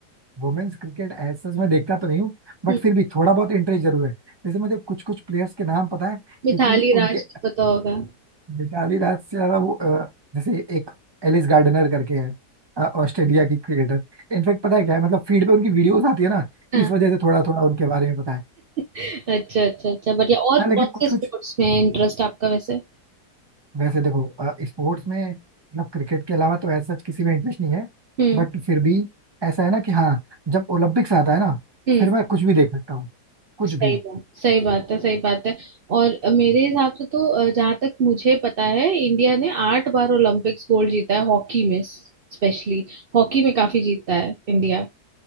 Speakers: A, on the right; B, on the right.
A: वुमेन्स क्रिकेट एज सच मैं देखता तो नहीं हूँ बट
B: हम्म,
A: फिर भी थोड़ा बहुत इंटरेस्ट जरूर है जैसे मुझे कुछ कुछ प्लेयर्स के नाम पता है क्योंकि
B: मिताली
A: उनके
B: राज को पता होगा
A: मिताली राज से ज्यादा वो अ, जैसे एक एलिस गार्डनर करके है अ, ऑस्ट्रेलिया की क्रिकेटर इनफैक्ट पता है क्या है मतलब फीड पे उनकी वीडियोस आती है ना
B: हाँ
A: इस वजह से थोड़ा थोड़ा उनके बारे में पता है
B: अच्छा अच्छा अच्छा बढ़िया और
A: हाँ लेकिन
B: कौन
A: कुछ
B: से स्पोर्ट्स
A: कुछ
B: में इंटरेस्ट आपका वैसे
A: वैसे देखो स्पोर्ट्स में मतलब क्रिकेट के अलावा तो ऐसा किसी में इंटरेस्ट नहीं है
B: हम्म
A: बट फिर भी ऐसा है ना कि हाँ जब ओलंपिक्स आता है ना
B: हम्म
A: फिर मैं कुछ भी देख सकता हूँ कुछ
B: सही
A: भी
B: बात सही बात है सही बात है और अ, मेरे हिसाब से तो अ, जहाँ तक मुझे पता है इंडिया ने आठ बार ओलंपिक्स गोल्ड जीता है हॉकी में स्पेशली हॉकी में काफी जीतता है इंडिया